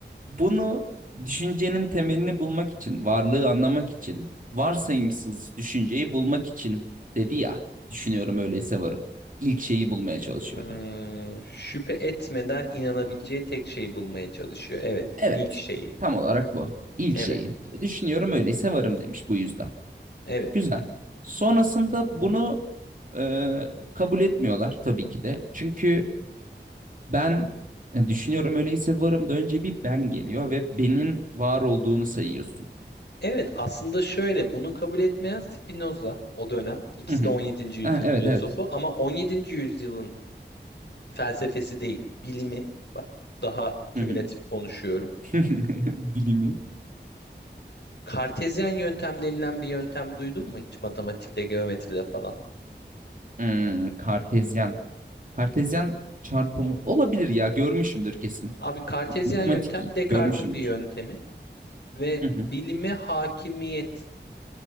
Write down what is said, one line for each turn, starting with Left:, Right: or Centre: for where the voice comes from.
Right: bunu düşüncenin temelini bulmak için, varlığı anlamak için, varsayımsız düşünceyi bulmak için dedi ya, düşünüyorum öyleyse varım. İlk şeyi bulmaya çalışıyordu.
Left: Hmm, şüphe etmeden inanabileceği tek şeyi bulmaya çalışıyor. Evet,
Right: Evet,
Left: ilk şeyi.
Right: tam olarak bu. İlk
Left: Evet,
Right: şeyi. Düşünüyorum öyleyse varım demiş bu yüzden.
Left: evet.
Right: Güzel. Sonrasında bunu e, kabul etmiyorlar tabii ki de. Çünkü ben e, düşünüyorum öyleyse varım da önce bir ben geliyor ve benim var olduğunu sayıyorsun.
Left: Evet, aslında şöyle bunu kabul etmeyen Spinoza o dönem. İkisi
Right: Hı hı.
Left: de 17. yüzyıl
Right: Ha, evet
Left: filozofu
Right: evet.
Left: ama 17. yüzyılın felsefesi değil, bilimi. Bak daha kümülatif
Right: Hı hı.
Left: konuşuyorum.
Right: <laughs> Bilimi.
Left: Kartezyen yöntem denilen bir yöntem duydun mu hiç matematikte, geometride falan?
Right: Hmm, Kartezyen. Kartezyen çarpımı olabilir ya görmüşümdür kesin.
Left: Abi kartezyen
Right: M- Matematik
Left: yöntem Descartes'in
Right: görmüşümdür.
Left: bir yöntemi ve
Right: Hı
Left: bilime
Right: hı.
Left: hakimiyet